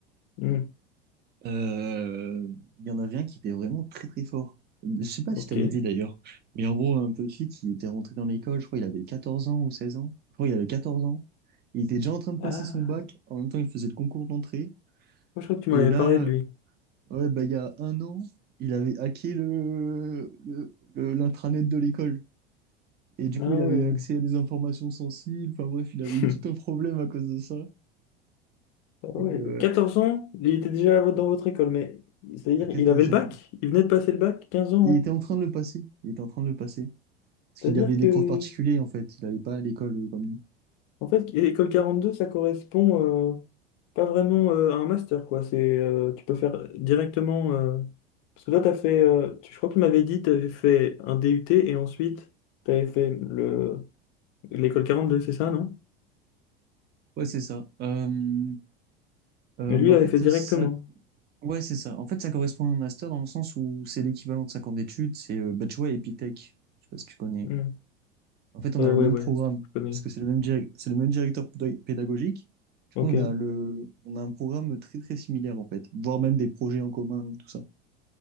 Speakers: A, on the left; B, on the right.
A: Hum,
B: euh, il y en avait un qui était vraiment très très fort. Je sais pas
A: ok.
B: si je t'avais dit d'ailleurs, mais en gros, un petit qui était rentré dans l'école, je crois il avait 14 ans ou 16 ans. Je crois il avait 14 ans. Il était déjà en train de passer
A: Ah,
B: son bac. En même temps, il faisait le concours d'entrée.
A: moi, je crois que tu
B: Et
A: m'avais
B: là,
A: parlé de lui.
B: euh, ouais, bah, il y a un an, il avait hacké le, le, le- l'intranet de l'école. Et du coup,
A: Ah
B: il
A: ouais.
B: avait eu accès à des informations sensibles. Enfin bref, il
A: <laughs>
B: avait eu tout un problème à cause de ça.
A: Ah
B: Et,
A: ouais,
B: euh,
A: 14 ans, il était déjà à votre- dans votre école, mais c'est-à-dire
B: À 14
A: il avait le
B: ans.
A: bac, il venait de passer le bac, quinze ans.
B: Il était en
A: hein.
B: train de le passer. Il était en train de le passer. Parce
A: C'est-à-dire
B: qu'il avait
A: que,
B: des profs particuliers, en fait. Il n'allait pas à l'école euh, comme nous.
A: en fait, école 42, ça correspond euh, pas vraiment euh, à un master, quoi. C'est, euh, tu peux faire directement. euh, Parce que toi, t'as fait, euh, tu- je crois que tu m'avais dit, tu avais fait un DUT et ensuite, tu avais fait le... l'école 42, c'est ça, non?
B: Ouais, c'est ça. Euh, euh,
A: Mais
B: bah,
A: lui, il
B: en
A: avait
B: fait,
A: fait directement.
B: ça... Ouais, c'est ça. En fait, ça correspond à un master dans le sens où c'est l'équivalent de 5 ans d'études. C'est, euh, bah, tu vois, Epitech. Je sais pas si tu connais.
A: Hmm.
B: En fait, on
A: Euh,
B: a le
A: ouais,
B: même
A: ouais,
B: programme.
A: je connais.
B: Parce que c'est le même, direc- c'est le même directeur pédag- pédagogique. Du
A: Ok,
B: coup, on a le... on a un programme très, très similaire, en fait. Voire même des projets en commun, tout ça.